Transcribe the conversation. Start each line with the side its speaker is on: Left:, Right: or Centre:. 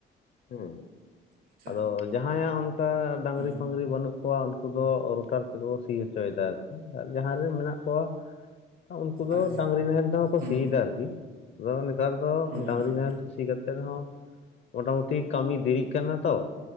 Left: ᱦᱮᱸ᱾
Right: ᱟᱪᱪᱷᱟ
Left: ᱟᱫᱚ ᱡᱟᱦᱟᱸᱭᱟᱜ ᱚᱱᱠᱟ ᱰᱟᱝᱨᱤ
Right: ᱦᱩᱸ
Left: ᱯᱷᱟᱝᱨᱤ ᱵᱟᱹᱱᱩᱜ ᱠᱚᱣᱟ ᱩᱱᱠᱩ ᱫᱚ ᱨᱚᱴᱟᱨ ᱛᱮᱠᱚ ᱥᱤ ᱦᱚᱪᱚᱭ ᱫᱟ ᱾ ᱟᱨᱠᱤ ᱟᱨ ᱡᱟᱦᱟᱸ ᱨᱮ ᱢᱮᱱᱟᱜ ᱠᱚᱣᱟ ᱩᱱᱠᱩ ᱫᱚ
Right: ᱟᱪᱪᱷᱟ
Left: ᱰᱟᱹᱝᱨᱤ ᱱᱟᱦᱮᱞ ᱛᱮᱦᱚᱸ ᱠᱚ
Right: ᱦᱩᱸ
Left: ᱥᱤᱭ ᱫᱟ, ᱟᱨᱠᱤ ᱟᱫᱚ ᱱᱮᱛᱟᱨ ᱫᱚ
Right: ᱦᱩᱸ
Left: ᱰᱟᱹᱝᱨᱤ
Right: ᱦᱩᱸ
Left: ᱱᱟᱦᱮᱞ ᱛᱮ ᱥᱤ ᱠᱟᱛᱮᱜ ᱨᱮᱦᱚᱸ ᱢᱳᱴᱟ ᱢᱩᱴᱤ ᱠᱟᱹᱢᱤ ᱫᱮᱨᱤᱜ ᱠᱟᱱᱟ ᱛᱚ,